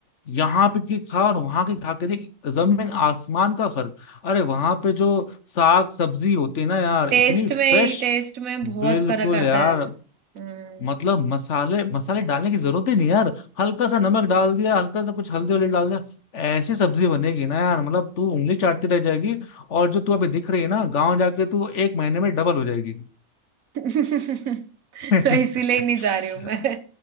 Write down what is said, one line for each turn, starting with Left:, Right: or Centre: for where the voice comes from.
Left: यहाँ पे की खा और वहां की खा के देख जमीन आसमान का फर्क अरे वहां पे जो साग सब्जी होती है ना यार
Right: टेस्ट
Left: इतनी फ्रेश
Right: में टेस्ट में बहुत
Left: बिल्कुल
Right: फर्क आता
Left: यार
Right: है हम्म
Left: मतलब मसाले मसाले डालने की जरूरत ही नहीं यार हल्का सा नमक डाल दिया हल्का सा कुछ हल्दी वल्दी डाल दिया ऐसी सब्जी बनेगी ना यार मतलब तू उंगली चाटती रह जाएगी और जो तू अभी दिख रही है ना गांव जाके तू एक महीने में डबल हो जाएगी
Right: <laughs>
Left: <laughs>
Right: इसीलिए नहीं जा रही हूं मैं